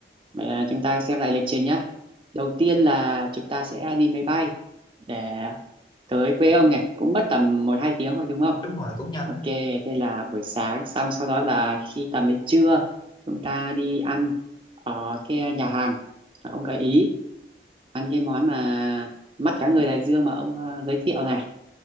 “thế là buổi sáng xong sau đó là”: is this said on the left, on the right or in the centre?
Right